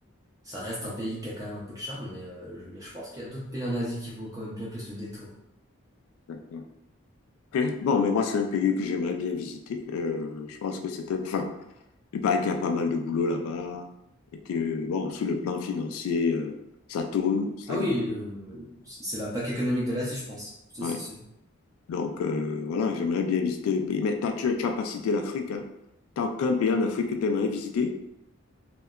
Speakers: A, on the right; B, on the left.
A: ça reste un pays qui a quand même un peu de charme, mais euh, je je pense qu'il y a d'autres pays en Asie qui vaut quand même bien plus le détour.
B: D'accord. Ok. Bon, mais moi, c'est un pays que j'aimerais bien visiter. Euh, je pense que c'est un... Enfin, il paraît qu'il y a pas mal de boulot là-bas et que, bon, sur le plan financier, euh, ça tourne, c'est-à-dire...
A: Ah oui, euh, c'est la plaque économique de l'Asie, je pense. C'est
B: Ouais.
A: c'est sûr.
B: Donc, euh, voilà, j'aimerais bien visiter le pays. Mais t'as, tu, tu as pas cité l'Afrique, hein? T'as aucun pays en Afrique que tu aimerais visiter?